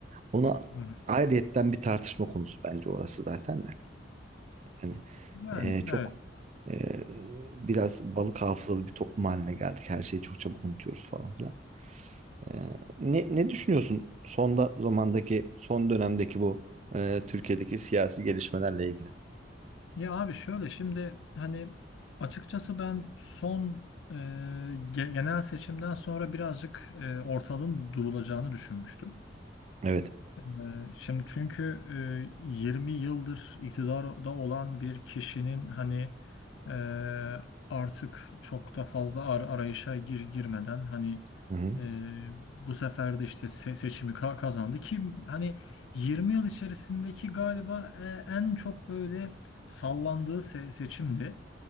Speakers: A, on the right; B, on the left.
A: Ona
B: hı hı.
A: ayrıyetten bir tartışma konusu bence orası zaten de. Yani
B: Yani
A: eee, çok
B: evet.
A: eee, biraz balık hafızalı bir toplum haline geldik. Her şeyi çok çabuk unutuyoruz falan filan. Ee, ne, ne düşünüyorsun son da- zamandaki, son dönemdeki bu e, Türkiye'deki siyasi gelişmelerle ilgili?
B: Ya abi şöyle şimdi hani açıkçası ben son e, ge- genel seçimden sonra birazcık e, ortalığın durulacağını düşünmüştüm.
A: Evet.
B: Ee, Şimdi çünkü e, 20 yıldır iktidarda olan bir kişinin hani e, artık çok da fazla ar- arayışa gir girmeden hani
A: Hı hı.
B: e, bu sefer de işte se- seçimi ka- kazandı ki hani 20 yıl içerisindeki galiba e, en çok böyle sallandığı se- seçimdi.